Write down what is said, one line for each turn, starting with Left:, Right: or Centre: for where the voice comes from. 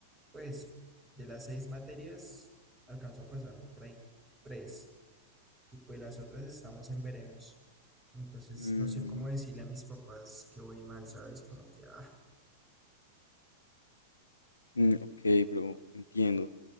Right: pues de las seis materias alcanzo a pasar por ahí tres. y pues las otras estamos en veremos. Entonces,
Left: Mm,
Right: no sé cómo decirle a mis papás que voy mal, ¿sabes? Como que, ah,
Left: mm, ok, bro, entiendo.